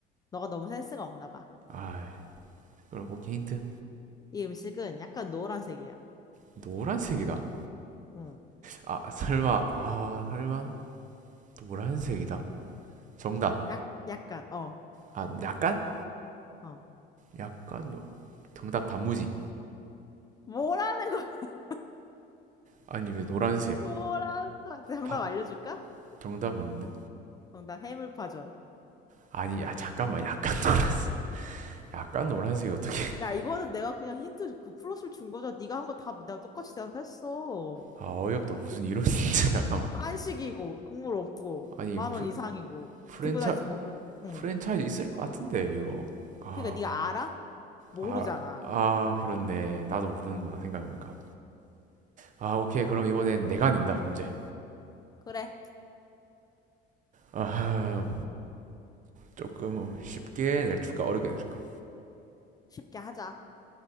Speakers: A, on the left (about 20°); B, on the right (about 40°).
A: 너가 너무 센스가 없나 봐.
B: 아, 그럼 오케이 힌트.
A: 이 음식은 약간 노란색이야.
B: 노란색이다.
A: 응.
B: 아, 설마, 아, 설마 노란색이다. 정답.
A: 약, 약간, 어,
B: 아, 약간,
A: 어.
B: 약간 노- 정답 단무지.
A: 뭐라는 거, <laughs>
B: 아니 왜 노란색?
A: 뭐라는 거. 정답
B: 팍.
A: 알려줄까?
B: 정답 뭔데?
A: 정답 해물파전.
B: 아니, 야 잠깐만. 약간 <laughs> 노란색. 약간 노란색이 어떻게?
A: 야, 이거는 내가 그냥 힌트 그 플러스를 준 거잖아. 네가 한 거 다 내가 똑같이 대답했어.
B: 아 어이없다. 무슨 이런 <laughs> 진짜 잠깐만.
A: 한식이고 국물 없고
B: 아니
A: 만 원 이상이고
B: 프랜차
A: 들고 다니서 먹 응.
B: 프랜차이즈 있을 것 같은데 이거 아
A: 그러니까 네가 알아? 모르잖아.
B: 아, 아, 그렇네 나도 모르는구나 생각해보니까 아 오케이 그럼 이번엔 내가 낸다 문제
A: 그래,
B: 아 조금 쉽게 내줄까 어렵게 내줄까
A: 쉽게 하자.